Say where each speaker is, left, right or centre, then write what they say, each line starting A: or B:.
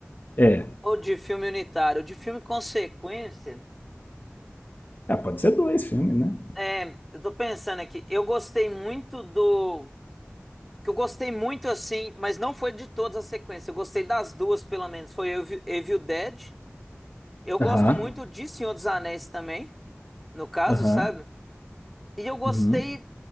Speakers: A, on the left; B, in the centre.
A: É.
B: Ou de filme unitário, de filme consequência.
A: Ah, pode ser dois filmes, né?
B: É, eu tô pensando aqui, eu gostei muito do. Que eu gostei muito assim, mas não foi de todas as sequências. Eu gostei das duas, pelo menos. Foi Evil Evil Dead. Eu gosto
A: Aham.
B: muito de Senhor dos Anéis também, no caso,
A: Aham.
B: sabe? E eu gostei.
A: Uhum.